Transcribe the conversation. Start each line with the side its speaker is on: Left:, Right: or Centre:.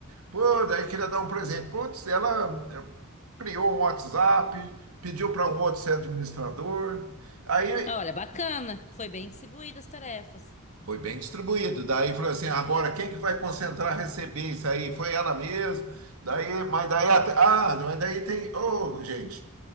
Right: Pô, daí queria dar um presente. Putz, ela eh, criou um WhatsApp, pediu para um outro ser administrador. Aí
Left: Olha, bacana. Foi bem distribuídas as tarefas.
Right: foi bem distribuído. Daí falou assim, agora quem que vai concentrar receber isso aí? Foi ela mesmo. Daí, mas daí até, ah, mas daí tem, ô, gente,